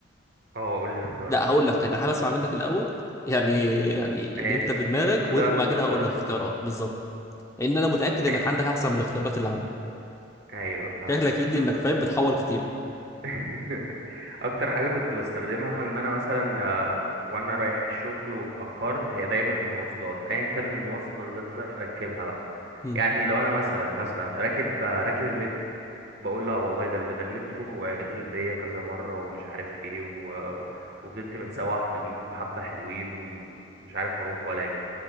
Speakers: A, on the right (about 60°); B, on the left (about 15°).
A: اه قول لي اختيارات
B: لا هقول لك طيب انا حابب اسمع منك الاول يعني يعني اللي
A: ماشي
B: انت في دماغك
A: نشوف
B: وين-
A: ده
B: وبعد
A: في الاختيارات
B: كده هقول لك اختيارات
A: ولا لا
B: بالظبط لان انا متاكد انك
A: ماشي
B: عندك احسن من الاختيارات اللي عندي
A: ايوه فاهمك
B: شكلك يدي
A: بص
B: انك فاهم بتحور كتير
A: <laughs> اكتر حاجه كنت بستخدمها ان انا مثلا آه، وانا رايح الشغل واتاخرت هي دايما المواصلات ايا كان المواصله اللي انا راكبها بقى
B: امم
A: يعني لو انا مثلا مثلا راكب آه، راكب المترو بقول لا والله ده ال- ده المترو وعطل بيا كذا مره ومش عارف ايه و... آه، وفضلت متسوح في المترو حبه حلوين ومش عارف اروح ولا اجي